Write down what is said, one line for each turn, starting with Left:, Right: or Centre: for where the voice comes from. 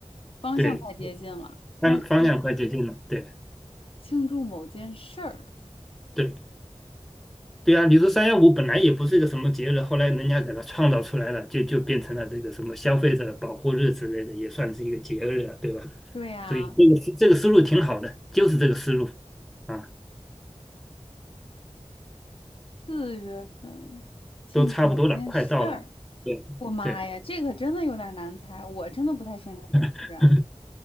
Left: 方向快接近了，
Centre: 对，方方向快接近了，
Left: 那就是
Centre: 对
Left: 庆祝某件事儿。
Centre: 对对啊！你说三幺五本来也不是一个什么节日，后来人家给它创造出来了，就就变成了这个什么消费者保护日之类的，也算是一个节日了，对吧？
Left: 对呀，
Centre: 所以这个这个思路挺好的，就是这个思路啊，
Left: 四月份庆祝某件事儿。
Centre: 都差不多了，快到了，对对，
Left: 我妈呀，这个真的有点难猜，我真的不太擅长这个事啊。
Centre: <laughs>